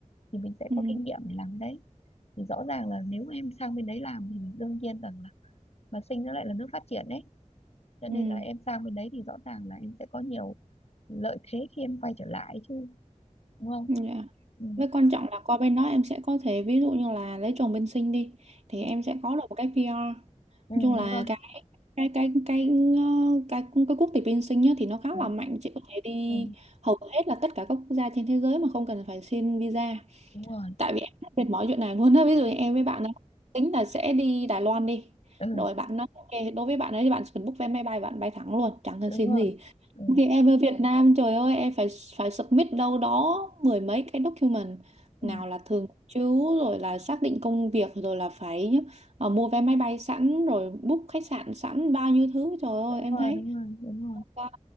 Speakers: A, on the left; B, on the right.
A: thì mình sẽ
B: ừ
A: có kinh nghiệm để làm cái đấy thì rõ ràng là nếu em sang bên đấy làm thì đương nhiên rằng là mà sinh nó lại là nước phát triển đấy cho nên
B: ừ
A: là em sang bên đấy thì rõ ràng là em sẽ có nhiều lợi thế khi em quay trở lại chứ đúng không
B: dạ
A: ừ,
B: Với quan trọng là qua bên đó em sẽ có thể ví dụ như là lấy chồng bên sinh đi thì
A: ừ,
B: em sẽ có được một cái PR. Nói
A: ừ,
B: chung là
A: đúng rồi
B: cái cái cái cái ờ, cái cái quốc tịch bên sinh nhá, thì nó khá
A: ừ,
B: là mạnh chị có thể đi
A: ừ,
B: hầu hết là tất cả các quốc gia trên thế giới mà không cần phải xin visa.
A: đúng rồi
B: Tại vì em rất mệt mỏi chuyện này luôn á. Ví dụ như em với bạn ấy tính là sẽ đi Đài Loan đi.
A: ừ,
B: Rồi bạn nói ok đối với bạn ấy thì bạn chỉ cần book vé máy bay bạn bay thẳng luôn, chẳng cần
A: đúng
B: xin
A: rồi
B: gì.
A: ừ,
B: Thì em ở Việt Nam trời ơi em phải phải submit đâu đó mười mấy cái document
A: ừ,
B: nào là thường trú rồi là xác định công việc rồi là phải ờ, mua vé máy bay sẵn rồi book khách sạn sẵn bao nhiêu thứ trời ơi
A: đúng
B: em
A: rồi
B: thấy
A: đúng rồi đúng rồi
B: đó,